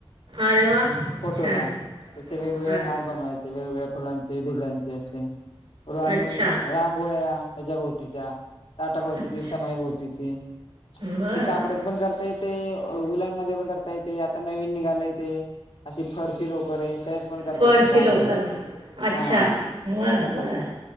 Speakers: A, on the right; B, on the left.
A: अरे वाह!
B: फोटोला
A: छान.
B: त वेगवेगळे
A: अ
B: हार बनवायचे वेगवेगळे फुलांचे, डिझाईनचे असे <unintelligible>
A: अच्छा,
B: रांगोळ्या ह्याच्या भोवतीच्या, ताटाभोवतीची,
A: अच्छा.
B: समयभोवतीची ते
A: बरं.
B: कापडात पण करता येते उलन मध्ये पण करता येतंय आता नवीन निघालाय ते. अशी फरशी लोकरे, त्याच्या पण करता
A: फरची
B: येतात रांगोळ्या.
A: लोकं अच्छा
B: हा
A: बरं बरं
B: असं